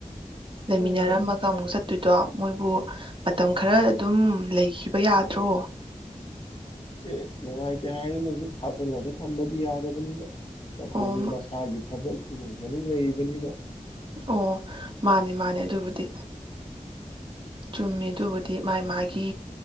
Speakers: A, on the right (about 40°); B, on the left (about 40°).
A: ꯂꯩꯃꯤꯟꯅꯔꯝꯃꯒ
B: ꯑꯥ
A: ꯑꯃꯨꯛ ꯆꯠ ꯑꯗꯨꯗ ꯃꯣꯏꯕꯨ ꯃꯇꯝ ꯈꯔ ꯑꯗꯨꯝ ꯂꯩꯈꯤꯕ ꯌꯥꯗ꯭ꯔꯣ
B: ꯏꯆꯦ ꯅꯨꯡꯉꯥꯏꯇꯦ ꯍꯥꯏꯗꯅꯖꯨ ꯐꯥꯖꯤꯜꯂꯒ ꯊꯝꯕꯗꯤ ꯌꯥꯗꯕꯅꯤꯅ ꯃꯈꯣꯏꯁꯨ
A: ꯑꯣ
B: ꯃꯁꯥꯒꯤ ꯊꯕꯛ ꯎꯝ ꯑꯗꯨꯝ ꯂꯩꯕꯅꯤꯅ
A: ꯑꯣ ꯃꯥꯅꯦ ꯃꯥꯅꯦ ꯑꯗꯨꯕꯨꯗꯤ ꯆꯨꯝꯃꯦ ꯑꯗꯨꯕꯨꯗꯤ ꯃꯥꯥꯏ ꯃꯥꯒꯤ